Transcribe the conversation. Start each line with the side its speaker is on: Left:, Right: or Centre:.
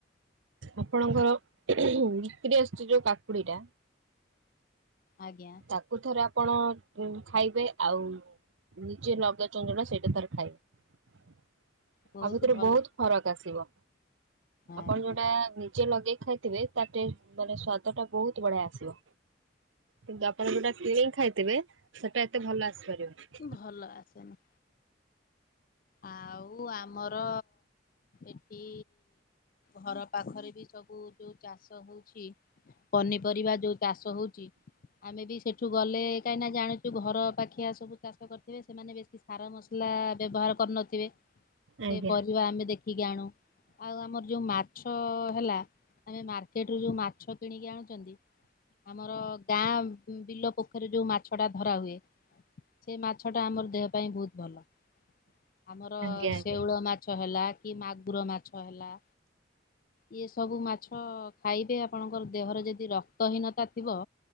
Right: ଆପଣଙ୍କର ବିକିରି ଆସୁଛି ଯୋଉ କାକୁଡି ଟା
Left: ଆଜ୍ଞା।
Right: ତାକୁ ଥରେ ଆପଣ ଖାଇବେ ଆଉ ନିଜେ ଲଗାଇଛନ୍ତି ଯୋଉଟା ସେଇଟା ଥରେ ଖାଇବେ।
Left: ବହୁତ
Right: ଆ ଭିତରେ
Left: ଭଲ
Right: ବହୁତ ଫରକ ଆସିବ
Left: ଆଜ୍ଞା
Right: ଆପଣ ଯୋଉଟା ନିଜେ ଲଗେଇ ଖାଇ ଥିବେ ତାଟ ଟେଷ୍ଟ ମାନେ ସ୍ଵାଦ ଟା ବହୁତ ବଢିଆ ଆସିବ। କିନ୍ତୁ ଆପଣ ଯୋଉଟା କିଣିକି ଖାଇଥିବେ ସେଟା ଏତେ ଭଲ ଆସିପାରିବନି।
Left: ଭଲ ଆସେନି। ଆଉ ଆମର ଏଠି ଘର ପାଖରେ ବି ସବୁ ଯୋଉ ଚାଷ ହଉଛି ପନିପରିବା ଯୋଉ ଚାଷ ହଉଛି ଆମେ ବି ସେଠୁ ଗଲେ କାହିଁକି ନା ଜାଣିୁଛୁ ଘର ପାଖିଆ ସବୁ ଚାଷ କରିଥିବେ ସେମାନେ ବେଶୀ ସାର ମସ ଲା ବ୍ୟବହାର କରିନଥିବେ।
Right: ଆଜ୍ଞା
Left: ସେ ପରିବା ଆମେ ଦେଖ ଖିକି ଆଣୁ ଆଉ ଆମର ଯଉଁ ମାଛ ହେଲା ଆମେ ମାର୍କେଟରୁ ଯୋଉ ମାଛ କିଣିକି ଆଣୁଛନ୍ତି ଆମର ଗାଁ ବିଲ ପୋଖରୀ ଯୋଉ ମାଛଟା ଧରା ହୁଏ ସେ ମାଛଟା ଆମର ଦେହ ପାଇଁ ବହୁତ ଭଲ। ଆମର
Right: ଆଜ୍ଞା ଆଜ୍ଞା
Left: ଶେଉଳ ମାଛ ହେଲା କି ମାଗୁର ମାଛ ହେଲା ଇଏ ସବୁ ମାଛ ଖାଇବେ ଆପଣଙ୍କର ଦେହରେ ଯଦି ରକ୍ତହୀନତା ଥିବ